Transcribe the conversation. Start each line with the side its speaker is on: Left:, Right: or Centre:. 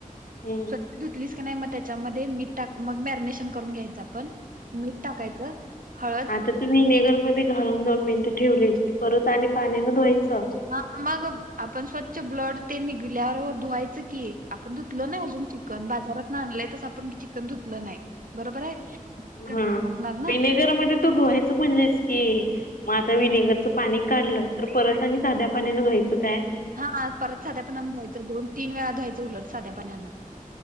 Left: हम्म.
Right: स्वतः त धुतलीस. क नाही म त्याच्यामध्ये मीठ टाक मग मॅरीनेशन करून घ्यायचा पण मीठ टाकायचं. हळ
Left: आता तू विनेगर मध्ये घालून दोन मिनिटं ठेवलीस ते परत आणि पाण्यानं धुवायचं.
Right: हा मग आपण स्वच्छ ब्लड ते निघल्यावर धुवायचं की आपण धुतलो नाही अजून ते. चिकन बाजारातन आलंय तस आपण चिकन धुतलं नाही. बरोबर आहे चिकन
Left: हा
Right: टाकणार
Left: विनेगर
Right: ना
Left: मध्ये तू धुवायच म्हणलीस की. मग आता विनेगरचं पाणी काढलं तर परत आणि साध्या पाण्यानं धुवायचं काय?
Right: हा परत साध्या पाणी धूवायच दोन तीन वेळा धुवायचं उलट साध्या पाण्यांन